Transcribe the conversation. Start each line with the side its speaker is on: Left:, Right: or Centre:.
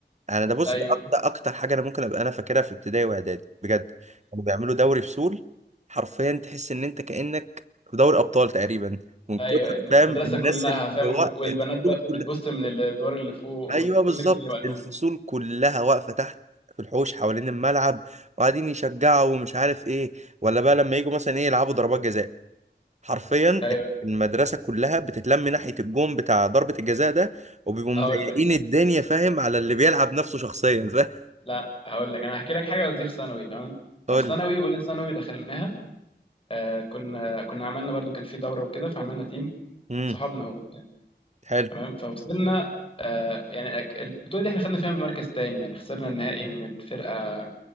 Right: انا ده بص
Left: ايوه
Right: ده أك- ده اكتر حاجه انا ممكن ابقى انا فاكرها في ابتدائي واعدادي بجد كانوا بيعملوا دوري فصول حرفيا تحس ان انت كانك في دوري ابطال تقريبا من
Left: ايوه
Right: كتر
Left: المدرسه
Right: فاهم الناس
Left: كلها
Right: اللي
Left: فاهم
Right: هو
Left: والبنات
Right: الفصول
Left: بقى
Right: كلها
Left: بتبص من الدور اللي فوق وكل
Right: ايوه بالظبط
Left: الدنيا مقلوبه
Right: الفصول كلها واقفه تحت في الحوش حوالين الملعب وقاعدين يشجعوا ومش عارف ايه ولا بقى لما يجوا مثلا ايه يلعبوا ضربات جزاء حرفيا
Left: ايوه
Right: المدرسه كلها بتتلم ناحيه الجون بتاع ضربه الجزاء ده وبيبقوا مضايقين
Left: هقول لك
Right: الدنيا فاهم على اللي بيلعب نفسه شخصيا فاهم
Left: لا هقول لك انا هحكي لك حاجه بس دي في ثانوي تمام
Right: قول
Left: ففي ثانوي
Right: لي
Left: اولى ثانوي دخلناها آه كنا كنا عملنا برضو كان في دوره وكده فعملنا تيم
Right: امم
Left: صحابنا وبتاع
Right: حلو
Left: تمام فوصلنا آه يعني أك- البطوله دي احنا خدنا فيها مركز تاني يعني خسرنا النهائي من فرقه